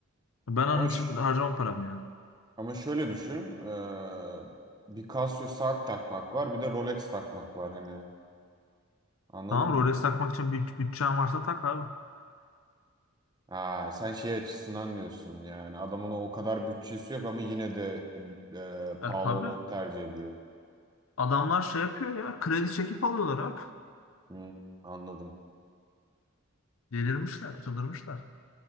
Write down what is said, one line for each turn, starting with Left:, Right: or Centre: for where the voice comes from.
Left: Ben onun
Right: ama
Left: için
Right: ş-
Left: harcamam paramı yani.
Right: ama şöyle düşün. eee, bir Casio saat takmak var, bir de Rolex takmak var hani. Anladın
Left: Tamam Rolex
Right: mı?
Left: takmak için büt, bütçen varsa tak abi.
Right: Ha, sen şey açısından diyorsun yani adamın o kadar bütçesi yok ama yine de eee, pahalı
Left: E tabii.
Right: olan tercih ediyor.
Left: Adamlar şey yapıyor ya kredi çekip alıyorlar abi.
Right: Hmm, anladım.
Left: Delirmişler, çıldırmışlar.